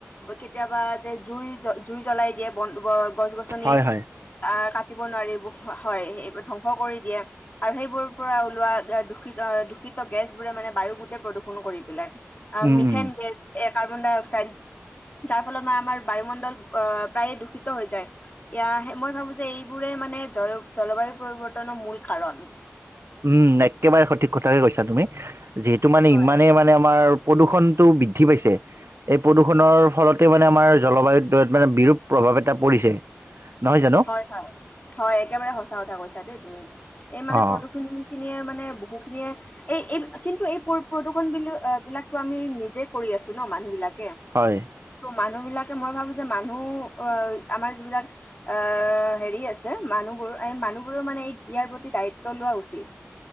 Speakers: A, on the left; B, on the right.
A: কেতিয়াবা যে জুই জ জুই জ্বলাই দিয়ে বন গছ গছনি
B: হয় হয়
A: আহ কাট দিব নোৱাৰি হ হয় সেইবোৰ ধ্বংস কৰি দিয়ে আৰু সেইবোৰৰ পৰা ওলোৱা দূষিত দূষিত গেছবোৰে মানে বায়ু গোটে প্ৰদূষণ কৰি পেলাই অ
B: উম
A: মিথেন
B: উম
A: গেছ এ কাৰ্বন ডাই অক্স চাইদ যাৰ ফলত আম আমাৰ বায়ুমণ্ডল অহ প্ৰায়ে দূষিত হৈ যায় ইয়া মই ভাবো যে এইবোৰে মানে জল জলবায়ু পৰিৱৰ্তনৰ মূল কাৰণ
B: উম একেবাৰে সঠিক কথাকে কৈছা তুমি যিহেতু মানে
A: হয়
B: ইমানেই মানে আমাৰ প্ৰদূষণটো বৃদ্ধি পাইছে এই প্ৰদূষণৰ ফলতে মানে আমাৰ জলবায়ুত মানে বিৰূপ প্ৰভাৱ এটা পৰিছে নহয় জানো?
A: হয় হয় হয় একেবাৰে সঁচা কথা কৈছ চা দেই তুমি এই মানে
B: অ'
A: প্ৰদূষণ খিনিয়ে মানে মে বহু খিনিয়ে এই এই কিন্তু এই প্ৰদূষণ বি বিলাকতো আমি নিজে কৰি আছো ন মানুহ বিলাক
B: হয়
A: মানুহ বিলাকে মই ভাবো যে মানুহ অহ আমাৰ যিবিলাক আহ হেৰি আছে মানুহবোৰ মানুহবোৰ মানে এই ইয়াৰ প্ৰতি দায়িত্ব লোৱা উচিত